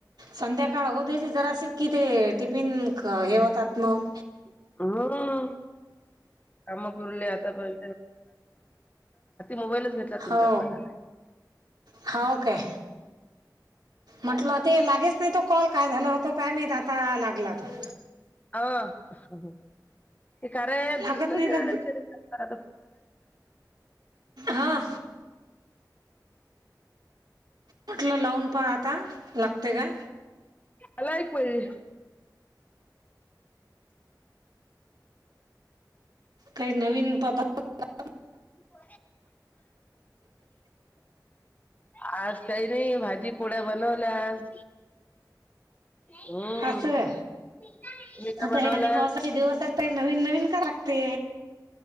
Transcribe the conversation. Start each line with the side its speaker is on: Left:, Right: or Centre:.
Right: संध्याकाळ होऊ देली जरा शिककी ते टिफिन हे होतात मग.
Left: हा. कामापूरले आता पण. मोबाईलच घेतला तुमच्या
Right: हो
Left: कॉला.
Right: हो काय म्हटलं ते लागेच नाही तो कॉल काय झाला होतो काय मा आता लागला त.
Left: ह ते कारराय
Right: लागत
Left: दिसूनच
Right: नाही
Left: नाहीला
Right: का
Left: विचार करा.
Right: हा. म्हटलं लावून प आता लागते का.
Left: आला एक परी
Right: काही नवीन पदार्थ.
Left: तू आज काही नाही भाजी पोळ्या बनवल्या आज. हम्म
Right: असय
Left: तुम्ही काय
Right: आता हे
Left: बनवला
Right: पाणी पावासाठी दिवसात. त नवी नवीन का रकते.